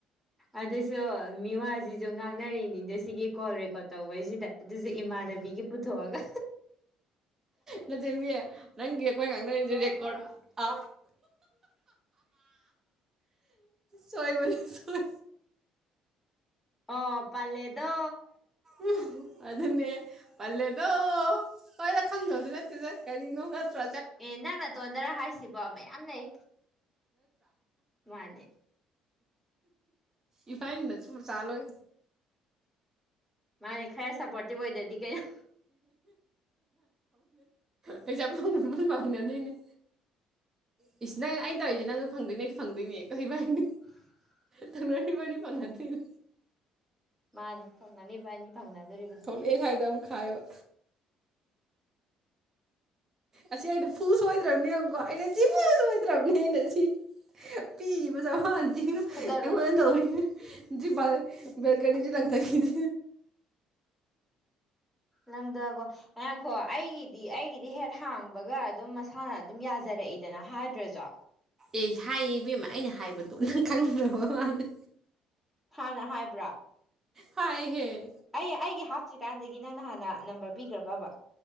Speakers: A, in the centre; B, on the right.
A: ꯑꯗꯨꯁꯨ ꯃꯤꯋꯥꯁꯤꯁꯨ ꯉꯥꯡꯅꯔꯤꯅꯤꯗꯣ ꯁꯤꯒꯤ ꯀꯣꯜ ꯔꯦ ꯇꯧꯕꯩꯁꯤꯗ ꯑꯗꯨꯁꯨ ꯏꯃꯥꯟꯅꯕꯤꯒꯤ ꯄꯨꯊꯣꯛꯑꯒ
B: ꯂꯟꯆꯦꯟꯕꯤ ꯅꯪꯒꯤ ꯑꯩꯈꯣꯏ ꯉꯥꯡꯅꯔꯤ ꯔꯦꯀꯣꯔꯗ ꯑ ꯁꯣꯏꯔꯅꯤ ꯁꯣꯏ
A: ꯑꯣ ꯄꯜꯂꯦꯗꯣ
B: ꯎꯝ ꯑꯗꯨꯅꯦ ꯄꯜꯂꯦꯗꯣ ꯍꯣꯏꯗ ꯈꯪꯗꯧꯖꯨ ꯅꯠꯇꯦꯗ ꯀꯔꯤꯅꯣ ꯅꯠꯇ꯭ꯔ
A: ꯑꯦ ꯅꯪ ꯅꯇꯣꯟꯗꯔ ꯍꯥꯏꯁꯤꯕꯣ ꯃꯌꯥꯝ ꯂꯩ ꯃꯥꯅꯦ
B: ꯏꯕꯥꯏꯅꯤꯗ ꯁꯨꯝ ꯆꯥꯂꯣꯏ
A: ꯃꯥꯅꯦ ꯈꯔ ꯁꯞꯄꯣꯔꯇꯤꯞ ꯑꯣꯏꯗ꯭ꯔꯗꯤ ꯀꯩꯅꯣ
B: ꯄꯩꯁꯥ ꯐꯪꯕ ꯄꯥꯎꯃꯤꯅꯗꯣꯏꯅꯦ ꯏꯁ ꯑꯩꯅ ꯇꯧꯔꯤꯁꯦ ꯅꯪ ꯐꯪꯗꯣꯏꯅꯦꯗꯤ ꯐꯪꯗꯣꯏꯅꯦ ꯀꯩ ꯍꯥꯏ
A: <inaudible>
B: ꯇꯧꯅꯔꯤ ꯏꯕꯥꯏꯅꯤ ꯐꯪꯅꯗꯣꯏꯅꯤ
A: ꯃꯥꯅꯦ ꯇꯧꯅꯅꯤ ꯏꯕꯥꯅꯤꯅ ꯐꯪꯅꯗꯣꯔꯤꯕꯅꯤ
B: ꯊꯣꯛꯂꯛꯑꯦ ꯁ꯭ꯋꯥꯏꯗ ꯑꯃꯨꯛ ꯈꯥꯏꯕ ꯑꯁꯤ ꯑꯩꯅ ꯐꯨ ꯁꯣꯏꯗ꯭ꯔꯕꯅꯦ ꯌꯦꯡꯉꯨꯀꯣ ꯑꯩꯅ ꯁꯤꯐꯨ ꯁꯣꯏꯗ꯭ꯔꯕꯅꯦ ꯑꯩꯅ ꯁꯤ ꯄꯤꯕ ꯆꯥꯟ ꯑꯩꯉꯣꯟꯗ
A: ꯐꯨꯗꯠꯂꯣ
B: ꯇꯧꯔꯤꯅꯦ ꯀꯅꯤ ꯂꯪꯀ ꯀꯗ
A: ꯅꯪꯗꯀꯣꯈꯣ ꯑꯩꯒꯤꯗꯤ ꯑꯩꯒꯤꯗꯤ ꯍꯦꯛ ꯍꯥꯡꯕꯒ ꯑꯗꯨꯝ ꯃꯁꯥꯅ ꯑꯗꯨꯝ ꯌꯥ ꯐꯖꯔꯛꯏꯗꯅ ꯍꯥꯏꯗ꯭ꯔꯁꯨ
B: ꯑꯦ ꯍꯥꯏꯌꯦ ꯏꯕꯦꯝꯃ ꯑꯩꯅ ꯍꯥꯏꯕꯗꯣ ꯅꯪ ꯈꯪꯗꯕ ꯃꯥꯂ
A: ꯍꯥꯟꯅ ꯍꯥꯏꯕ꯭ꯔꯥ
B: ꯍꯥꯏ ꯍꯦ
A: ꯑꯩ ꯑꯩꯒꯤ ꯍꯥꯞꯇ꯭ꯔꯤꯀꯥꯟꯗꯒꯤ ꯅꯪꯅ ꯍꯥꯟꯅ ꯅꯝꯕꯔ ꯄꯤꯈ꯭ꯔꯕꯕ